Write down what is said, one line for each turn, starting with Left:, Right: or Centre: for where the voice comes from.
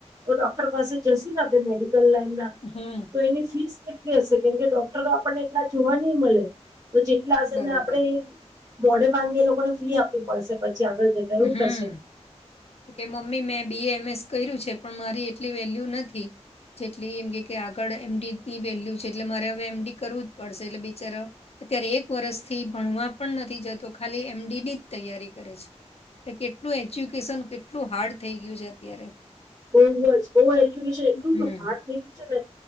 Right: તો ડોક્ટર પાસે જઈશુ ને આપણે મેડિકલ લાઈન ના
Left: હમ
Right: તો એની ફીસ કે હશે કેમ કે ડોક્ટરો આપણને એટલા જોવા નહી મળે તો જેટલા હશે
Left: બરાબર
Right: ને આપણે એ મોઢેમાગેલી લોકોને ફી આપવી પડશે પછી આગળ જતા એવું
Left: હમ
Right: થશે
Left: કે મમ્મી મેં બી એ એમ એસ કર્યું છે પણ મારી એટલી વેલ્યુ નથી. જેટલી એમ કે કે આગળ એમડીની વેલ્યુ એટલે મારે હવે એમડી કરવું જ પડશે એટલે બિચારો અત્યારે એક વરસ થી ભણવા પણ નથી જતો ખાલી એમડીડી જ તૈયારી કરે છે કે કેટલું એજ્યુકેશન કેટલું હાર્ડ થઈ ગયું છે અત્યારે
Right: <unintelligible> બઉ એજ્યુકેશન એટલુ
Left: હમ
Right: હારડ થઈ ગયું છે ને